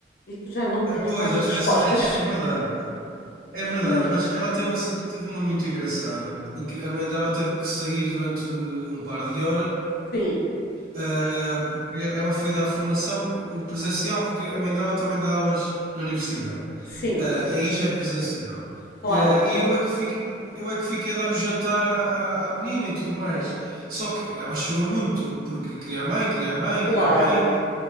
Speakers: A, on the left; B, on the right.
A: e tu já não tens
B: Ah, Pois,
A: mais
B: às
A: respostas.
B: vezes <laughs> é verdade. É verdade,
A: <laughs>
B: mas ela tem uma, situ- teve uma muito engraçada, em que a mãe dela teve que sair durante um par de horas
A: Sim,
B: Uh, porque ela foi dar formação presencial, porque a mãe dela também dá aulas na universidade.
A: sim,
B: Uh, aí já é presencial.
A: claro,
B: Uh, e eu é que fiquei, eu é que fiquei a dar o jantar à, à, à menina e tudo mais. Só que ela chorou muito, porque queria a mãe, queria a mãe,
A: claro.
B: queria a mãe,